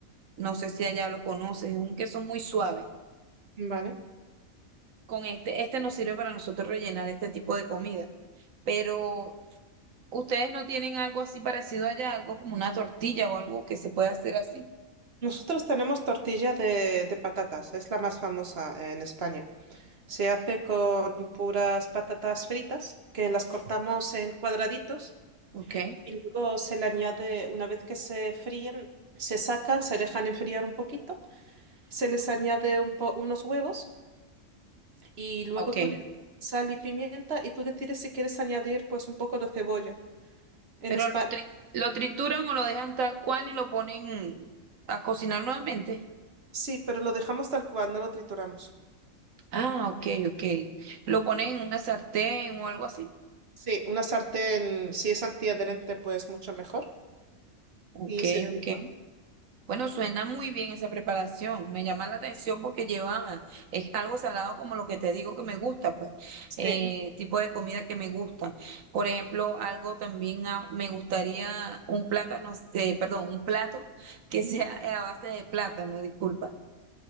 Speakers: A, on the right; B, on the right.
A: No sé si allá lo conoces, es un queso muy suave.
B: Vale.
A: Con este, este nos sirve para nosotros rellenar este tipo de comida. Pero ustedes no tienen algo así parecido allá, algo como una tortilla o algo que se pueda hacer así.
B: Nosotros tenemos tortilla de, de patatas, es la más famosa en España. Se hace con puras patatas fritas, que las cortamos en cuadraditos
A: Ok,
B: y luego se le añade, una vez que se fríen, se sacan, se dejan enfriar un poquito, se les añade un po- unos huevos y luego
A: ok.
B: tú le- sal y pimienta y tú decides si quieres añadir pues un poco de cebolla. En
A: Pero
B: España,
A: lo, tri- lo trituran o lo dejan tal cual y lo ponen a cocinar nuevamente.
B: sí, pero lo dejamos tal cual, no lo trituramos.
A: Ah, ok, ok. Lo ponen en una sartén o algo así.
B: Sí, una sartén, si es antiadherente, pues mucho mejor
A: Ok,
B: y se tritura.
A: ok. Bueno, suena muy bien esa preparación. Me llama la atención porque lleva, es algo salado como lo que te digo que me gusta, pues, eh,
B: Sí.
A: tipo de comida que me gusta. Por ejemplo, algo también ah, me gustaría un plátano, eh, perdón, un plato que sea
B: Ujú.
A: a base de plátano, disculpa.